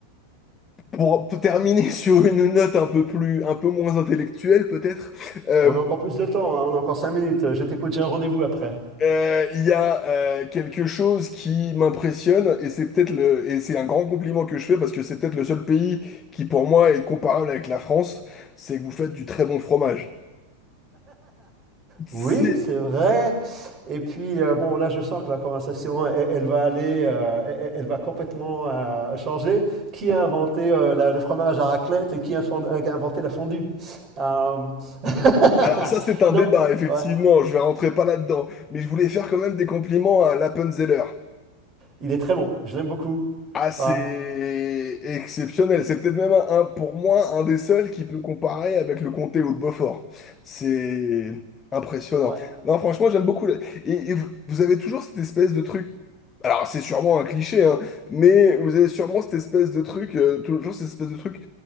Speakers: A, on the left; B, on the right.
A: pour pour terminer <laughs> sur une note un peu plus, un peu moins intellectuelle peut-être, euh,
B: On a encore plus de temps, hein, on a encore 5 minutes. Je t'écoute, j'ai un rendez-vous après.
A: Euh, Il y a euh, quelque chose qui m'impressionne et c'est peut-être le et c'est un grand compliment que je fais parce que c'est peut-être le seul pays qui pour moi est comparable avec la France, c'est que vous faites du très bon fromage. C'est-
B: Oui, c'est vrai. Et puis, euh, bon, là, je sens que la conversation, elle, elle va aller, euh, elle, elle va complètement euh, changer. Qui a inventé euh, la- le fromage à raclette et qui a, fond- a inventé la fondue? Euh, <laughs>
A: Alors ça c'est un
B: Non,
A: débat effectivement,
B: ouais,
A: je vais rentrer pas là-dedans, mais je voulais faire quand même des compliments à l'Appenzeller.
B: il est très bon. Je l'aime beaucoup.
A: Ah, c'est
B: Ouais,
A: exceptionnel. C'est peut-être même un, un- pour moi un des seuls qui peut comparer avec le comté ou le Beaufort. C'est impressionnant.
B: ouais,
A: Non, franchement, j'aime beaucoup. le- Et, et vous vous avez toujours cette espèce de truc. Alors, c'est sûrement un cliché, hein, mais vous avez sûrement cette espèce de truc, euh, toujours cette espèce de truc